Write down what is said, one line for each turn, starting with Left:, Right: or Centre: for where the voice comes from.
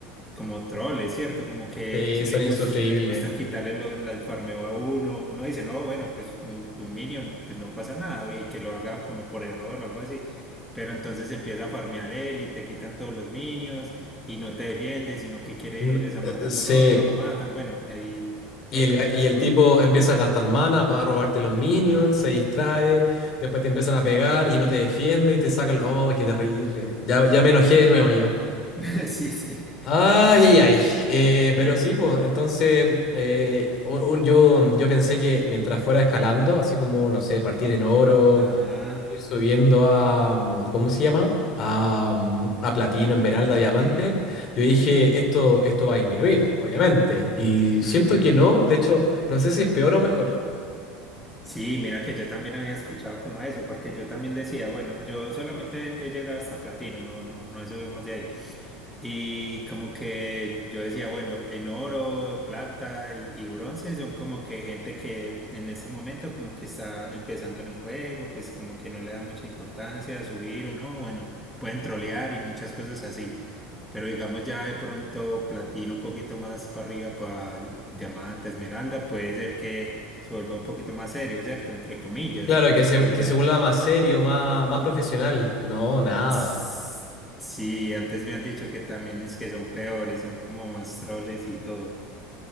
Centre: como troll, es cierto, como que
Left: Sí,
Centre: si
Left: son
Centre: le
Left: insufribles.
Centre: gus- les gustan quitarle lo- las farmeo a uno, uno dice, no, bueno, pues un, un minion, pues no pasa nada, y que lo haga como por error o algo así, pero entonces empieza a farmear él y te quitan todos los minions y no te defiendes, sino que quiere
Left: N-
Centre: ir es a matarlo
Left: eh, Sí.
Centre: al otro, lo matan, bueno, ahí
Left: Y
Centre: pasan
Left: el, ga-
Centre: muchas
Left: y el
Centre: cosas.
Left: tipo empieza a gastar mana para robarte los minions,
Centre: Ajá,
Left: se distrae, después te empiezan a pegar y no te defiende y te sacan... ¡Oh, qué terrible! Ya, ya me enojé de nuevo ya.
Centre: <laughs> sí, sí.
Left: Ay,
Centre: <laughs>
Left: ay, ay. Eh, pero
Centre: Eh,
Left: sí, pues, entonces eh, u- u- yo, yo pensé que mientras fuera escalando, así como, no sé, partir en oro,
Centre: ajá,
Left: ir subiendo a, mm, ¿cómo se llama? A, mm, a platino, esmeralda,
Centre: pl- platino.
Left: diamante, yo dije, esto, esto va a disminuir, obviamente. Y
Centre: Ujú.
Left: siento que no, de hecho, no sé si es peor o mejor.
Centre: Sí, mira que yo también había escuchado como eso, porque yo también decía, bueno, yo solamente he llegado hasta platino, no, no, no he subido más de ahí. Y como que yo decía, bueno, en oro, plata y, y bronce son como que gente que en ese momento como que está empezando en el juego, pues como que no le da mucha importancia a subir o no, bueno, pueden trolear y muchas cosas así. Pero digamos ya de pronto platino un poquito más para arriba para diamante, esmeralda, puede ser que se vuelva un poquito más serio, ¿cierto? Entre comillas,
Left: Claro,
Centre: porque
Left: que se, que
Centre: ya
Left: se vuelva más serio, más, más profesional. No, nada.
Centre: Tss, sí, antes me han dicho que también es que son peores, son como más troles y todo.